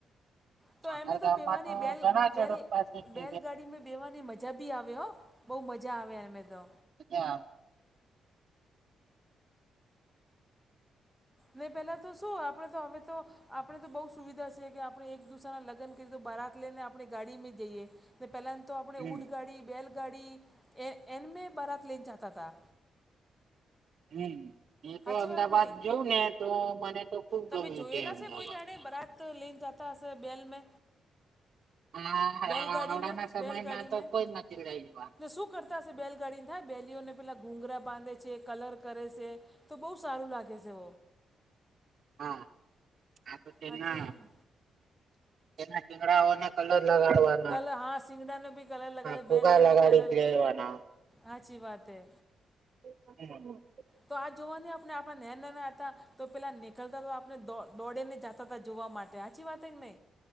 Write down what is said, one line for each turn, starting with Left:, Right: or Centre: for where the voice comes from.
Centre: તો
Right: અમારા
Centre: એમે
Right: ગામમાં
Centre: તો ભેવાની બેલ
Right: ઘણા ખેડૂત
Centre: બેલ
Right: પાસે છે
Centre: બેલગાડી મેં બેવાની મજા બી આવ હો બહુ મજા આવે અમે તો
Right: તો ક્યાં
Centre: ને પેલા તો શું આપડે તો હવે તો આપણે તો બહુ સુવિધા છે કે આપણે એક દુસરાના લગ્ન કરીએ તો બારાક લઈને આપણે ગાડીમાં જઈએ ને પહેલાંને તો આપણે
Right: હમ
Centre: ઊંઢ ગાડી બેલગાડી એ એન મે બરાત લઈને જતા હતા
Right: હમ મેં તો
Centre: સાચી
Right: અમદાવાદ
Centre: વાત નહીં
Right: જઉં ને તો મને તો ખુબ
Centre: તમે
Right: ગમ્યું
Centre: જોયેલા
Right: છે અમદાવાદ
Centre: શે કોઈ જાણે બરાત લઈને જતા હશે બેલ મે
Right: આ-
Centre: બેલગાડી
Right: આવડાના
Centre: મે
Right: સમયમાં
Centre: બેલગાડી
Right: તો
Centre: મે
Right: કોઈ નથી લઈ જવાનું
Centre: સુખ કરતા હશે બેલગાડીને થાય બેલીઓને પેલા ઘૂઘરા બાંધે છે કલર કરે છે તો બહુ સારું લાગે છે
Right: હા આ તો તેના
Centre: સાચી વાત ને
Right: એના ચીંગડાઓને કલર લગાડવા
Centre: કલર હા સિંગડાને ભી કલર લગાવ
Right: ફુગા
Centre: બેલને
Right: લગાડી
Centre: ભી કલર
Right: જ લેવાના
Centre: હાચી વાત હૈ
Right: <unintelligible>
Centre: તો આ જોવાની આપણે આપણા નાના હતા તો પેલા નીકળતા તો આપને દોડે ને જતા હતા જોવા માટે હાચી વાત હે કે નય.